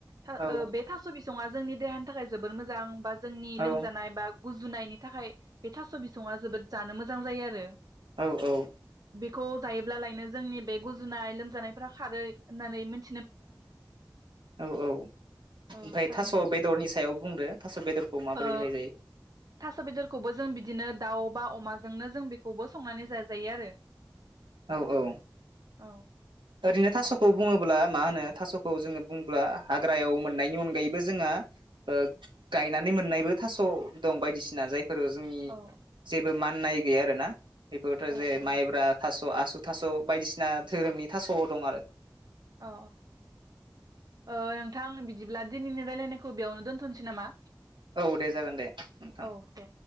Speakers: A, on the right; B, on the right.
A: था
B: औ
A: ओ बे थास' बिसङा जोंनि देहानि थाखाय जोबोर मोजां बा जोंनि
B: औ
A: लोमजानाय बा गुजुनायनि थाखाय बे थास' बिसङा जोबोद जानो मोज जां जायो आरो
B: औ औ
A: खौ जायोब्लालायनो जोंनि बे गुजुनाय लोमजानायफ्रा खारो होननानै मोन ‌
B: औ औ ओमफ्राय
A: औ थारैनो
B: थास' बेदरनि सायाव बुंदो थास' बेदरखौ माबोरैहाय
A: ओ
B: जायो
A: थास' बेदरखौबो जों बिदिनो दाउ बा अमाजोंनो जों बेखौबो संनानै जाजायो आरो
B: औ औ
A: औ
B: ओरैनो थास'खौ बुङोबोला मा होनो थास'खौ जोङो बुंब्ला हाग्रायाव मोननायनि अनगायैबो जोङा ओ गायनानै मोननायबो थास' दं बायदिसिना जाय फोरो जोंनि
A: औ
B: जेबो मा नाय गैया आरोना बेखौथ'
A: औ
B: जे
A: औ
B: माइब्रा थास आसु थास' बायदिसिना धोरोमनि थास' दं आरो
A: औ अ ओ नोंथां बिदिब्ला दिनैनि रायलायनायखौ बेयावनो दोनथ'नोसै नामा
B: औ दे जागोन दे नोंथां
A: औ दे